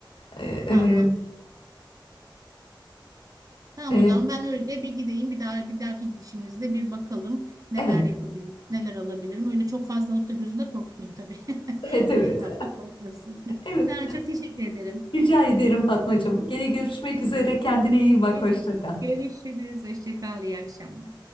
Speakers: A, on the left (about 85°); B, on the right (about 45°).
A: Ee, e,
B: Tamam. Tamam
A: e,
B: o zaman ben öyle bir gideyim. Bir daha bir dahaki gidişimizde bir bakalım neler
A: evet,
B: yapabilirim, neler alabilirim. Öyle çok fazla alıp da gözünde korkutmayayım tabii. <laughs>
A: evet,
B: İlk
A: evet,
B: etapta korkmasın. <laughs>
A: evet.
B: Tamam çok teşekkür ederim.
A: Rica ederim Fatmacığım. Gene görüşmek üzere. Kendine iyi bak.
B: Görüş-
A: Hoşça kal.
B: Görüşürüz. Hoşça kal. İyi akşamlar.